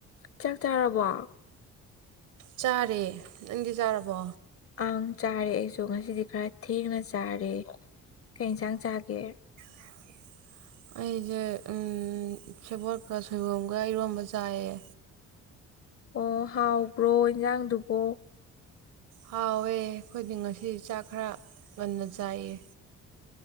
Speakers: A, on the left (about 50°); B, on the right (about 85°).
A: ꯆꯥꯛ ꯆꯥꯔꯕꯣ
B: ꯆꯥꯔꯦ ꯅꯪꯗꯤ ꯆꯥꯔꯕꯣ
A: ꯑꯥꯡ ꯆꯥꯔꯦ ꯑꯩꯁꯨ ꯉꯁꯤꯗꯤ ꯈꯔ ꯊꯦꯡꯅ ꯆꯥꯔꯦ ꯀꯩ ꯏꯟꯁꯥꯡ ꯆꯥꯒꯦ
B: <inaudible> ꯑꯩꯁꯦ ꯎꯝ ꯁꯦꯕꯣꯠꯀ ꯁꯣꯏꯕꯨꯝꯒ ꯏꯔꯣꯟꯕ ꯆꯥꯏꯌꯦ
A: ꯑꯣ ꯍꯥꯎꯕ꯭ꯔꯣ ꯏꯟꯖꯥꯡꯗꯨꯕꯣ
B: ꯍꯥꯎꯋꯦ ꯑꯩꯈꯣꯏꯗꯤ ꯉꯁꯤ ꯆꯥꯛ ꯈꯔ ꯉꯟꯅ ꯆꯥꯏꯌꯦ